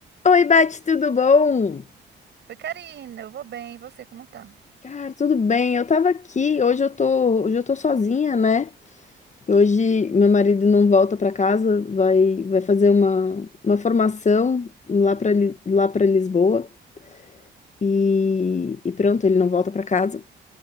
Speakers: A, on the left; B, on the right.
A: Oi, Beth, tudo bom?
B: Oi, Karina, eu vou bem, e você como tá?
A: Cara, tudo bem. Eu tava aqui, hoje eu tô, hoje eu tô sozinha, né? E Hoje meu marido não volta pra casa, vai vai fazer uma, uma formação lá pra Li- lá para Lisboa e, e pronto, ele não volta pra casa.